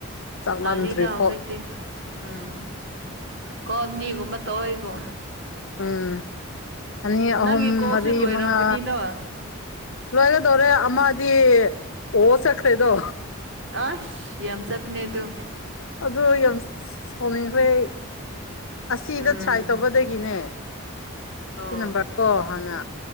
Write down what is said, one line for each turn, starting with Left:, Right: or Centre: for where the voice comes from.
Left: ꯆꯥꯛ
Right: ꯉꯥꯜꯂꯤꯗ
Left: ꯂꯥꯝꯗ꯭ꯔꯤꯐꯥꯎ
Right: ꯍꯧꯖꯤꯛꯇꯤ ꯎꯝ ꯀꯣꯜ ꯑꯅꯤꯒꯨꯝꯕ ꯇꯧꯋꯦꯕꯨ
Left: ꯎꯝ ꯑꯅꯤ ꯑꯍꯨꯝ
Right: ꯅꯪꯒꯤ ꯀꯣꯜꯁꯨ
Left: ꯃꯔꯤ
Right: ꯂꯣꯏꯔꯝꯒꯅꯤꯗꯣ
Left: ꯃꯉꯥ ꯂꯣꯏꯒꯗꯧꯔꯦ ꯑꯃꯗꯤ ꯑꯣ ꯆꯠꯈ꯭ꯔꯦꯗꯣ
Right: ꯑꯩꯁ ꯌꯥꯝ ꯆꯠꯄꯤꯅꯦ ꯑꯗꯨ
Left: ꯑꯗꯨ ꯌꯥꯝ ꯁꯥꯎꯅꯤꯡꯈ꯭ꯔꯦ ꯑꯩ ꯑꯁꯤꯗ
Right: ꯎꯝ
Left: ꯇ꯭ꯔꯥꯏ ꯇꯧꯕꯗꯒꯤꯅꯦ
Right: ꯑꯣ
Left: ꯁꯤ ꯅꯝꯕꯔ ꯀꯣ ꯍꯥꯟꯅ